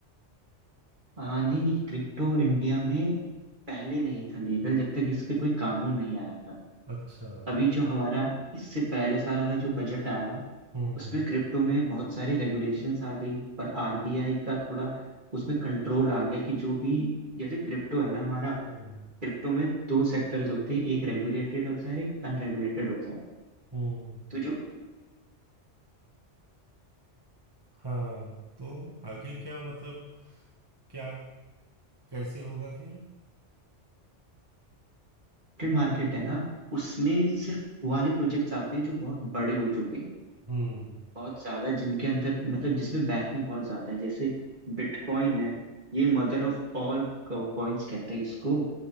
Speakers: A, on the right; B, on the right.
A: आ, नहीं नहीं क्रिप्टो इंडिया में पहले नहीं था लीगल जब तक इस पे कोई कानून नहीं आया था
B: अच्छा
A: अभी जो हमारा इससे पहले साल वाला जो बजट आया
B: हम्म
A: उसमें क्रिप्टो में बहुत सारी रेगुलेशंस आ गई पर आरबीआई का थोड़ा उसमें कंट्रोल आ गया कि जो भी जैसे क्रिप्टो है ना हमारा
B: हम्म
A: क्रिप्टो में दो सेक्टर्स होते हैं एक रेगुलेटेड होता है और एक अनरेगुलेटेड होता है
B: हम्म
A: तो जो
B: हाँ तो आगे क्या मतलब क्या कैसे होगा फिर
A: मार्केट है ना उसमें सिर्फ वो वाले प्रोजेक्ट्स आते हैं जो बहुत बड़े हो चुके हैं
B: हम्म
A: बहुत ज्यादा जिनके अंदर मतलब जिसमें बैकिंग बहुत ज्यादा है जैसे बिटकॉइन है ये मदर ऑफ ऑल कॉइन्स कहते हैं इसको